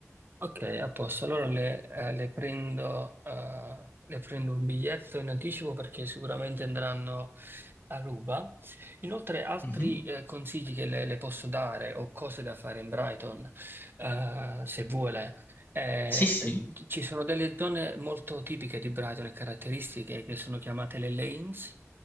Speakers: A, on the right; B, on the left.
A: ok, a posto. Allora le, eh, le prendo, eh, le prendo un biglietto in anticipo perché sicuramente andranno a Ruba. Inoltre, altri
B: Mhm.
A: eh, consigli che le, le posso dare o cose da fare in Brighton, eh, se vuole. Eh,
B: Sì, sì.
A: eh, ci sono delle zone molto tipiche di Brighton e caratteristiche che sono chiamate le lanes,